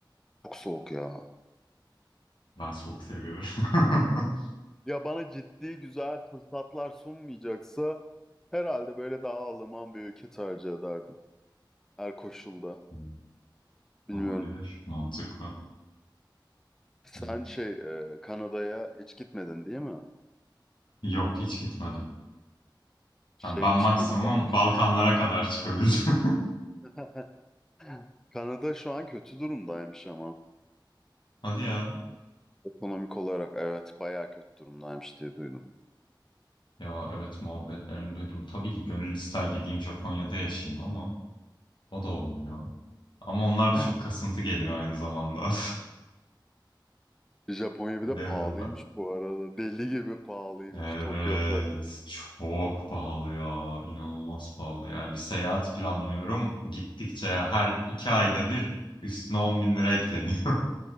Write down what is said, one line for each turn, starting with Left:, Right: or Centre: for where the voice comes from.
Centre: Çok soğuk ya.
Left: Ben soğuk seviyorum. <laughs>
Centre: Ya bana ciddi güzel fırsatlar sunmayacaksa herhalde böyle daha Alman bir ülke tercih ederdim. Her koşulda.
Left: Hmm,
Centre: Bilmiyorum.
Left: Olabilir. Mantıklı.
Centre: Sen
Left: Evet.
Centre: şey e, Kanada'ya hiç gitmedin değil mi?
Left: Yok hiç gitmedim.
Centre: Şeymiş
Left: Yani ben maksimum
Centre: Kanada Kanada'mış.
Left: Balkanlara kadar çıkabildim.
Centre: <laughs> Kanada şu an kötü durumdaymış ama.
Left: <laughs> Hadi ya.
Centre: Ekonomik olarak evet bayağı kötü durumdaymış diye duydum.
Left: Ya evet muhabbetlerini duydum. Tabii ki gönül ister gideyim Japonya'da yaşayayım ama o da olmuyor. Ama onlar da
Centre: <gasps>
Left: çok kasıntı geliyor aynı zamanda.
Centre: Japonya bir
Left: <laughs> Bilemiyorum
Centre: de pahalıymış
Left: ben.
Centre: bu arada. Deli gibi pahalıymış
Left: Evet
Centre: Tokyo falan.
Left: çok pahalı ya. İnanılmaz pahalı. Yani bir seyahat planlıyorum. Gittikçe ya her iki ayda bir üstüne 10 bin lira ekleniyor.